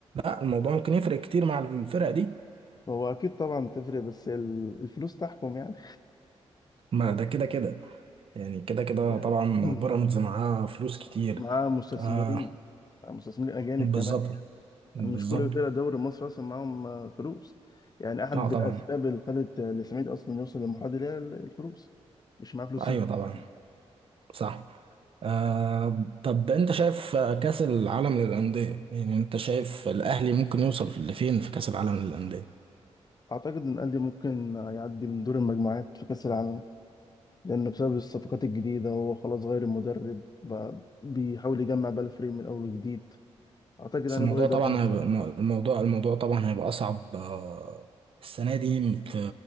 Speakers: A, on the right; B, on the left.
A: لا الموضوع ممكن يفرق كتير مع الفرق دي
B: هو اكيد طبعا تفرق بس ال- الفلوس تحكم يعني
A: ما ده كده كده يعني كده كده
B: <laughs>
A: طبعا بيراميدز معاه فلوس كتير
B: مع مستثمرين
A: آه
B: مع مستثمرين اجانب
A: بالظبط
B: كمان يعني
A: بالظبط
B: يعني مش كل فرق الدوري المصري اصلا معاهم آه، فلوس يعني احد
A: اه طبعا
B: الاسباب اللي خلت آه، الاسماعيلي اصلا يوصل للمرحله دي هي الفلوس مش معاه فلوس
A: ايوه
B: يبني
A: طبعا
B: فريق.
A: صح آه طب انت شايف آه، كأس العالم للأندية يعني انت شايف الأهلي ممكن يوصل لفين في كأس العالم للأندية
B: اعتقد ان الاهلي ممكن يعدي من دور المجموعات في كاس العالم لانه بسبب الصفقات الجديده هو خلاص غير المدرب بقى بيحاول يجمع بقى الفريق من اول وجديد اعتقد يعني
A: بس الموضوع
B: هو يقدر
A: طبعا
B: يعمل
A: هيبقى
B: حاجه
A: الموضوع الموضوع طبعا هيبقى أصعب آه، السنة دي في